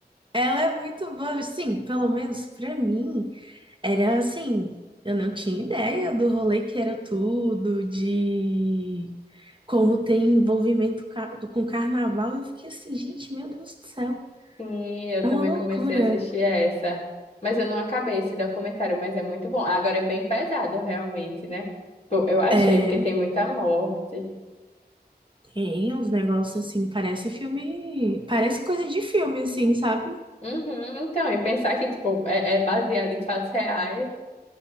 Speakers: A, on the right; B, on the left.
A: Ela é muito boa. Sim, pelo menos pra mim, era assim, eu não tinha ideia do rolê que era tudo, de como tem envolvimento ca- com carnaval. Eu fiquei assim, gente, meu Deus do céu,
B: Sim, eu
A: é
B: também
A: uma loucura.
B: comecei a assistir essa. Mas eu não acabei esse documentário, mas é muito bom. Agora é bem pesado, realmente, né? Tipo, Eu achei,
A: é
B: porque tem muita morte.
A: Tem uns negócios assim, parece filme, parece coisa de filme, assim, sabe?
B: Uhum, então, e pensar que, tipo, é, é baseado em fatos reais.